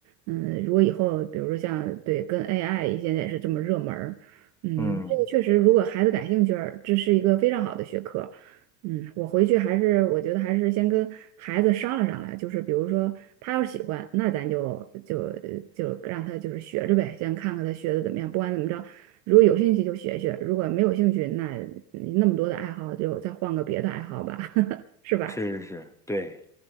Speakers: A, on the right; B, in the centre.
A: 嗯，如果以后比如说像对跟 AI 现在也是这么热门儿，嗯，
B: 嗯，
A: 这个确实如果孩子感兴趣儿，这是一个非常好的学科。嗯，我回去还是我觉得还是先跟孩子商量商量，就是比如说他要是喜欢，那咱就就就让他就是学着呗，先看看他学的怎么样。不管怎么着，如果有兴趣就学学，如果没有兴趣，那你那么多的爱好就再换个别的爱好吧，<laughs> 是吧？
B: 是是是，对，